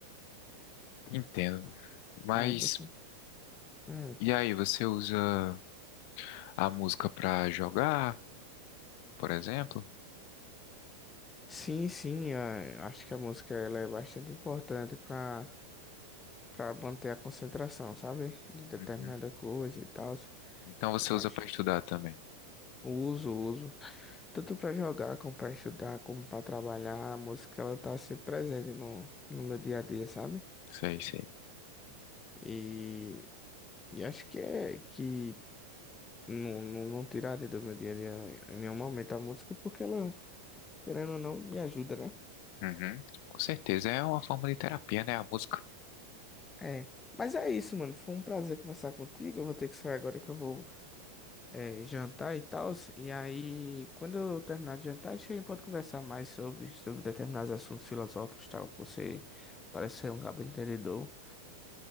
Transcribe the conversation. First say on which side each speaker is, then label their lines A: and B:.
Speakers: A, on the left; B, on the left.
A: Entendo, mano. Mas,
B: aí você, hum.
A: e aí, você usa a música pra jogar, por exemplo?
B: Sim, sim, a- acho que a música ela é bastante importante para para manter a concentração, sabe? De determinada
A: Uhum.
B: coisa e tal,
A: Então você
B: eu
A: usa
B: acho.
A: pra estudar também.
B: Uso, uso. Tanto para jogar, como para estudar, como para trabalhar, a música ela tá sempre presente no, no meu dia a dia, sabe?
A: Sei, sei.
B: E, e acho que é que não, não, não tiraria do meu dia a dia em nenhum momento a música, porque ela, querendo ou não, me ajuda, né?
A: Uhum. Com certeza, é uma forma de terapia, né? A música.
B: É. Mas é isso, mano. Foi um prazer conversar contigo. Eu vou ter que sair agora que eu vou é, jantar e tal. E aí, quando eu terminar de jantar, acho que a gente pode conversar mais sobre, sobre determinados assuntos filosóficos e tal. Você parece ser um cabo entendedor.